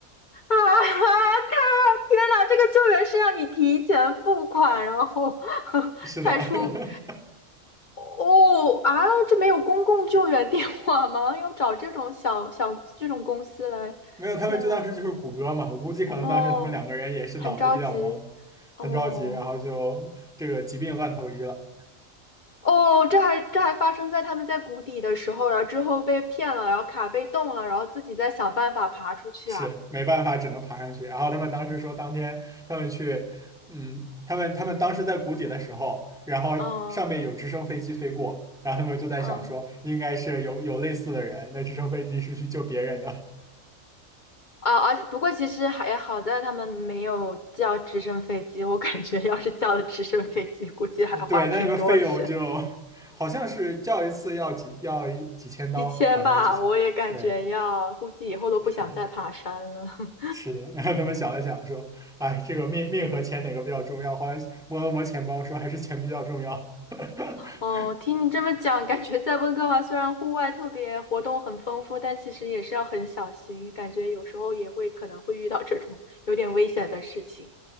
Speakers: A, on the left; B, in the centre.
A: 啊，他天呐，这个救援是要你提前付款，然后 <laughs>
B: 是的，
A: 才出
B: <laughs>
A: 哦啊，这没有公共救援电话吗？要找这种小小这种公司来，
B: 没有，他们就当时就是谷歌嘛，
A: 天呐，
B: 我估计可能当时他们两个人也是脑子比较懵，
A: 哦，很着急哦。
B: 很着急，然后就这个疾病乱投医了。
A: 哦，这还这还发生在他们在谷底的时候，然后之后被骗了，然后卡被冻了，然后自己再想办法爬出去啊。
B: 是没办法，只能爬上去。然后他们当时说，当天他们去，嗯，他们他们当时在谷底的时候，然后上面有直升飞机飞过，
A: 嗯
B: 然后他们就在想说，
A: 嗯。
B: 应该是有有类似的人，那直升飞机是去救别人的，
A: 啊，而且不过其实还好在他们没有叫直升飞机，我感觉要是叫了直升飞机，估计还花挺多钱，
B: <laughs> 对，那个费用就好像是叫一次要几要一几千刀，
A: 几千吧，
B: 好像要几千，
A: 我也感觉要，
B: 对，
A: 估计以后都不想再爬山了。
B: 是
A: <laughs>
B: 是的。<laughs> 然后他们想了想说，哎，这个命命和钱哪个比较重要？后来摸了摸钱包说，还是钱比较重要。<laughs>
A: 哦，听你这么讲，感觉在温哥华虽然户外特别活动很丰富，但其实也是要很小心，感觉有时候也会可能会遇到这种有点危险的事情。